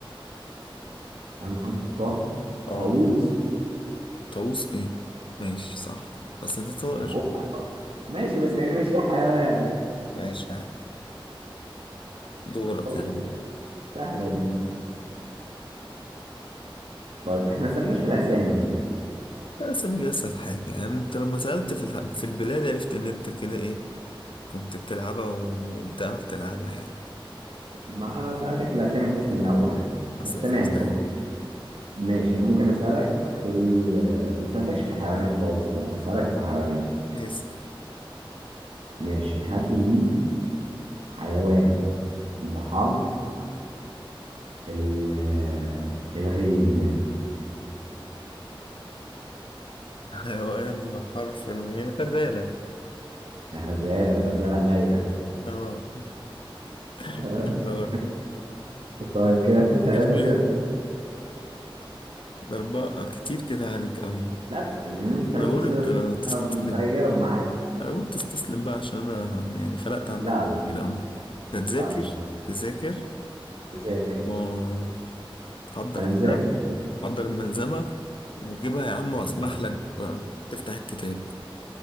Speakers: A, on the right; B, on the left.
A: عن محمد في الطاء
B: اه
A: طاووس
B: طاووس ايه ماشي صح بس انت طائر
A: وطاووس حق- ماشي بس يعني مش ايه حيوان
B: ماشي يا عم دورك
A: طاووس
B: يا عم
A: سهله دي طيب احنا ما سالناش في الاسامي
B: الأسامي دي أسهل حاجة يعني أنت لما سألت في الح... في البلاد عرفت إن أنت كده إيه كنت بتلعبها وبتعرف تلعبها يعني
A: ما انا سالتك في الاسامي بحيث ننوع يعني
B: أصل
A: بس تمام
B: الأسامي سهلة
A: خلاص ماشي ممكن اسالك في ال ما سالتكش في الحيوانات خالص انا هسالك في الحيوانات
B: اسأل
A: ماشي هات لي حيوان بحرف ال الغين
B: حيوان بحرف الميم غزالة
A: الغزالة الغزالة لايقة
B: اه
A: <laughs>
B: <laughs> احنا برضه
A: طيب كده انت 3
B: تجيب ليه
A: صفر
B: الأربعة كتير كده عليك قوي
A: لا 3
B: أنا بقول
A: صفر
B: أنت تستسلم
A: طب بجاوب معاك
B: أنا بقول تستسلم بقى عشان أنا يعني فرقت عنك
A: لا لا
B: كتير أوي تذاكر
A: لا مش هسأل
B: تذاكر
A: مذاكر
B: وتحضر كده
A: انا مذاكر مذاكر
B: حضر الملزمة وجيبها يا عم
A: أهبط.
B: وأسمح لك بقى تفتح الكتاب